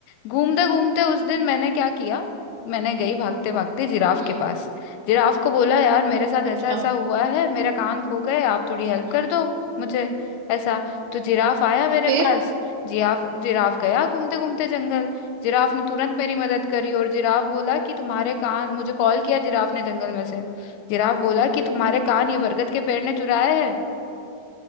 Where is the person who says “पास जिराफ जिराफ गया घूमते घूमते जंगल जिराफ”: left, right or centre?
Left